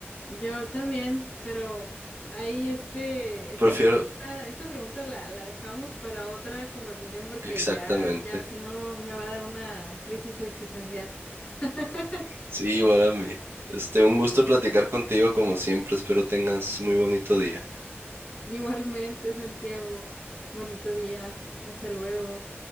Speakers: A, on the left; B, on the right.
A: Yo también, pero ahí este, esta
B: Prefiero...
A: pregunta, esta pregunta la, la dejamos para otra conversación porque
B: Exactamente.
A: ya, ya, si no me va a dar una crisis existencial. <laughs>
B: Sí, igual a mí. Este, un gusto platicar contigo como siempre. Espero tengas muy bonito día.
A: Igualmente, Santiago, bonito día, hasta luego.